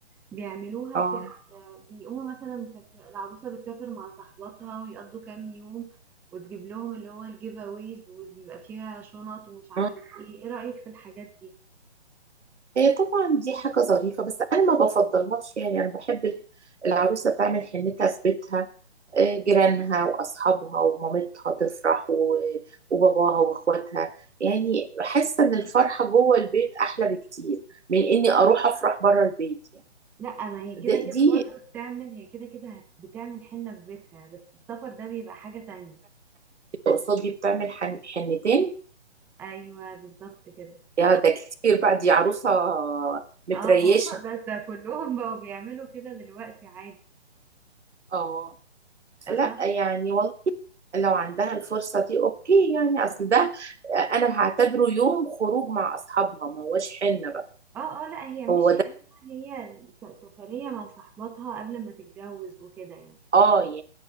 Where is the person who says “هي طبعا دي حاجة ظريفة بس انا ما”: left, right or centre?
Right